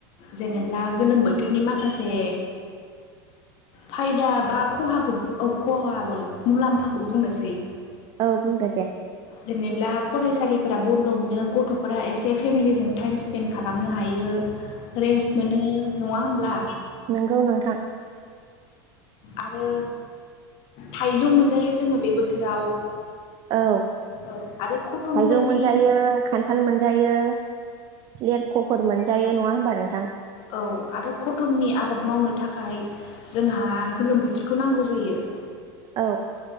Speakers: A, on the left; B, on the right.
A: जेनेब्ला गोलोम बोथोरनि माखासे फायदा बा खहाखौ औ खहा मुलाम्फाखौ बुंनोसै।
B: औ बुंदो दे।
A: जेनेबा फरायसालिफोरा बन्द' मोनो गथ'फोरा एसे फेमिलिजों टाइमन्स स्पेन्ड खालामनो हायो रेस्ट मोनो नङा होमब्ला।
B: नोंगौ नोंथां।
A: आरो थाइजौ मोनजायो जोङो बे बोथोराव।
B: औ
A: औ आरो कटनफोरनि
B: थाइजौ मोनजायो खान्थाल मोनजायो लेरख'फोर मोनजायो नङा होमबा नोंथां।
A: औ आरो कटननि आबाद मावनो थाखाय जोंहा गोलोम बोथोरखौ नांगौ जायो।
B: औ।